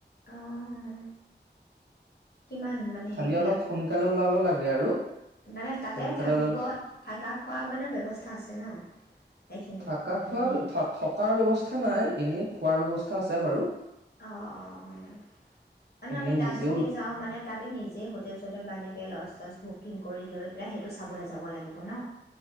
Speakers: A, on the left; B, on the right.
A: অহ কিমান মানে
B: খালি
A: সেইবিলাক
B: অলপ সোনকালে
A: হেৰি
B: ওলাব লাগে আৰু
A: মানে তাতে
B: সোনকালে
A: থাকিব
B: ওলালে
A: থাকা-খোৱাৰ মানে ব্যৱস্থা আছে ন? সেইখিনিত
B: থাকা -খোৱা
A: মানে
B: থ থকাৰ ব্যৱস্থা নাই এনেই খোৱাৰ ব্যৱস্থা আছে বাৰু।
A: অ অ অ মানে
B: এনে
A: আমি তাত
B: নিজেও
A: যদি যাওঁ মানে তাতে নিজে হোটেল চোটেল বা এনেই লজ-চজ বুকিং কৰি লৈ পেলাই সেইটো চাবলৈ যাব লাগিব ন?